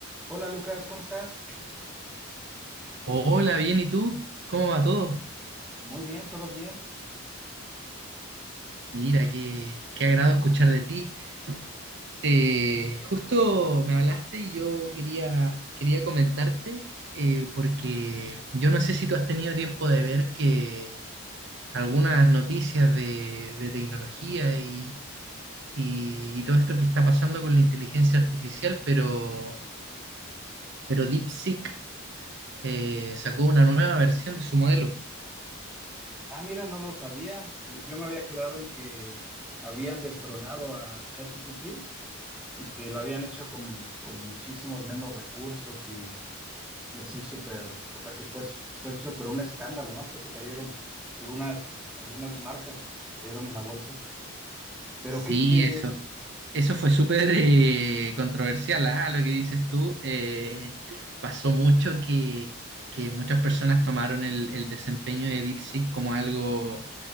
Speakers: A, in the centre; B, on the right.
A: Hola Lucas, ¿cómo estás?
B: Hola, bien, ¿y tú? ¿Cómo va todo?
A: Muy bien, todo bien.
B: Mira, qué, qué agrado escuchar de ti. Te- justo me hablaste y yo quería, quería comentarte eh, porque yo no sé si tú has tenido tiempo de ver que algunas noticias de, de tecnología y, y- y todo esto que está pasando con la inteligencia artificial, pero, pero DeepSeek eh, sacó una nueva versión de su modelo.
A: Ah, mira, no lo sabía. Eh, Yo me había quedado en que habían destronado a ChatGPT y que lo habían hecho como con muchísimos menos recursos y, y así súper, o sea que fue, fue súper un escándalo, ¿no? Hasta se cayeron algunas, algunas marcas, se cayeron en la bolsa. Pero
B: Sí,
A: que, que,
B: eso, eso fue súper eh, controversial, ah, Lo que dices tú, eh, pasó mucho que, que muchas personas tomaron el, el desempeño de DeepSeek como algo